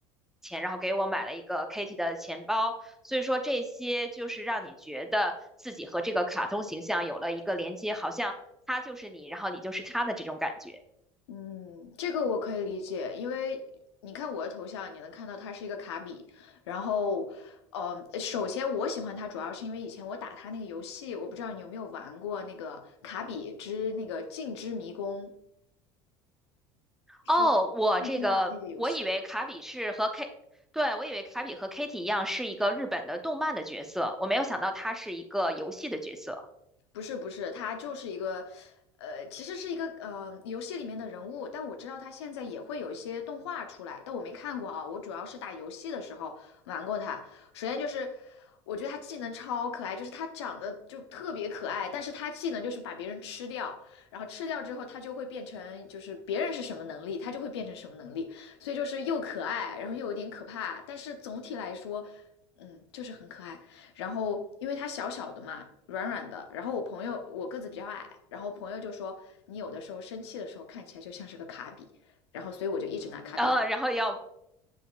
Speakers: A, in the centre; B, on the left.
A: 钱，然后给我买了一个 Kitty 的钱包。所以说这些就是让你觉得自己和这个卡通形象有了一个连接，好像它就是你，然后你就是它的这种感觉。
B: 嗯，这个我可以理解，因为你看我的头像，你能看到它是一个卡比。然后，呃，首先我喜欢它，主要是因为以前我打它那个游戏，我不知道你有没有玩过那个《卡比之那个镜之迷宫》，是
A: 哦，我这个我以为卡比是和
B: 任天堂的一个游戏。
A: K，对，我以为卡比和 Kitty 一样是一个日本的动漫的角色，我没有想到他是一个游戏的角色，
B: 不是不是，他就是一个，呃，其实是一个呃游戏里面的人物，但我知道他现在也会有一些动画出来，但我没看过啊。我主要是打游戏的时候玩过他。首先就是，我觉得他技能超可爱，就是他长得就特别可爱，但是他技能就是把别人吃掉，然后吃掉之后他就会变成就是别人是什么能力，他就会变成什么能力，所以就是又可爱，然后又有点可怕，但是总体来说，嗯，就是很可爱。然后因为它小小的嘛，软软的。然后我朋友我个子比较矮，然后朋友就说你有的时候生气的时候看起来就像是个卡比，然后所以我就一直拿卡比。
A: 呃，然后要